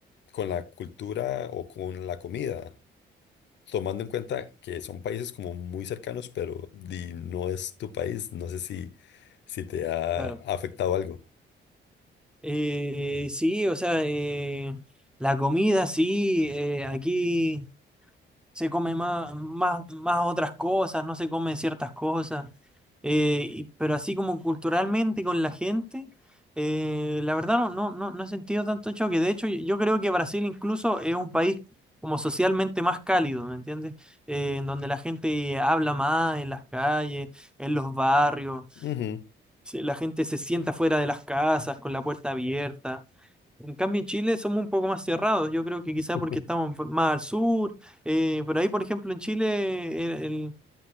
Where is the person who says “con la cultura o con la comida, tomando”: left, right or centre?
Left